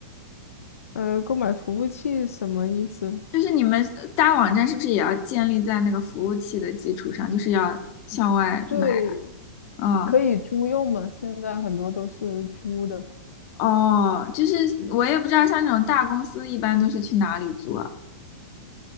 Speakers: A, on the left; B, on the left.
A: 呃，购买服务器什么意思？
B: 就是你们大网站是不是也要建立在那个服务器的基础上，就是要向外买？
A: 对，
B: 嗯，
A: 可以租用嘛，现在很多都是租的。
B: 哦，就是我也不知道，像这种大公司一般都是去哪里租啊？